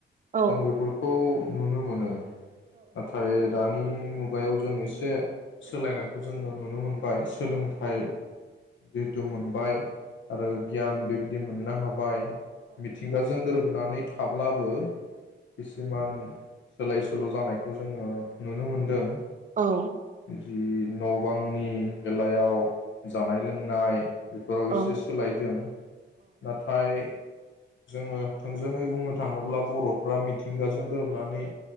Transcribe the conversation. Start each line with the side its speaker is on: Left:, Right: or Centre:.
Right: औ
Left: जों बेफोरखौ नुनो मोनो। नाथाय दानि मुगायाव जों इसे सोलायनायखौ जों नुनो मोनबाय सोलोंथाइ जिहेथु मोनबाय आरो गियान बे दि मोननो हाबाय मिथिंगाजों गोरोब नानै थाब्लाबो खिसुमान सोलाय सोल जानायखौ जोङो नुनो मोनदों।
Right: औ
Left: जि न बांनि बेलायाव जानाय लोंनाय बेफोराव
Right: औ
Left: एसे सोलायदों नाथाय जोङो थोंजोङै बुंनो थाङोब्ला बरफ्रा मिथिंगाजों गोरोबनानै